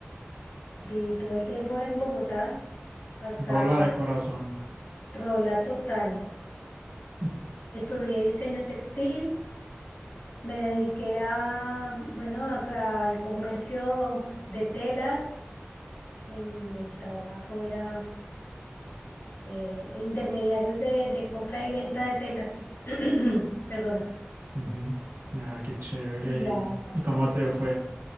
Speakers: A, on the left (about 85°); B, on the right (about 80°).
A: viví todo el tiempo en Bogotá hasta
B: Rola de corazón.
A: rola total.
B: <laughs>
A: Estudié diseño textil, me dediqué a, bueno, a- al comercio de telas. En el trabajo era eh, intermediarios de, de compra y venta de telas. <clears throat> Perdona.
B: Ujú. Ah, qué chévere.
A: Y ya,
B: ¿Y,
A: eso
B: y
A: fue.
B: cómo te fue?